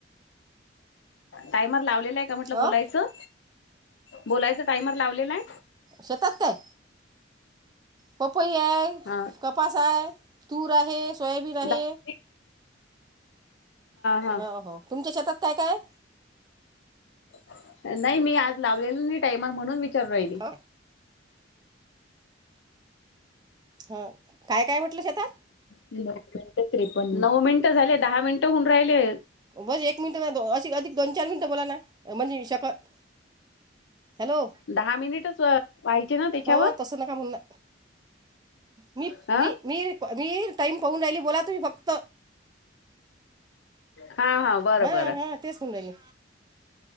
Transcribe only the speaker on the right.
हो
शेतात काय पपई आहे
कपास आहे तूर आहे सोयाबीन आहे
हो हो तुमच्या शेतात काय काय आहे
आहे? ह काय काय म्हटलं शेतात
बस एक मिनिटं अशी अधिक दोन चार मिनिटं बोला ना म्हणजे शकतं हॅलो
हो तस नका म्हण ना मी
मी मी मी टाईम पाहून राहिली बोला तुम्ही फक्त
हा
हा तेच म्हणून राहिले